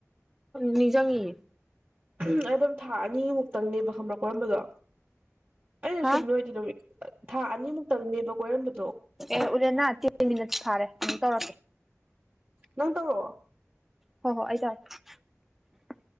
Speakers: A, in the centre; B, on the right.
A: ꯅꯤꯡꯖꯪꯉꯤꯌꯦ
B: ꯎ ꯑꯩ ꯑꯗꯨꯝ ꯊꯥ ꯑꯅꯤꯃꯨꯛꯇꯪꯅꯦꯕ ꯈꯪꯕ꯭ꯔꯥ ꯀꯣꯢꯔꯝꯕꯗꯣ ꯑꯩꯅ
A: ꯍꯥ
B: ꯁꯨꯝ ꯂꯣꯏꯗꯤ ꯅꯨꯃꯤꯠ ꯊꯥ ꯑꯅꯤ ꯃꯨꯛꯇꯪꯅꯦꯕ ꯀꯣꯏꯔꯝꯕ
A: ꯑꯦ ꯎꯔꯦꯅꯥ ꯇꯦꯟ ꯃꯤꯅꯠ ꯐꯥꯔꯦ ꯑꯃꯨꯛ ꯇꯧꯔꯛꯀꯦ
B: ꯅꯪ ꯇꯧꯔꯛꯑꯣ
A: ꯍꯣ ꯍꯣ ꯑꯩ <inaudible>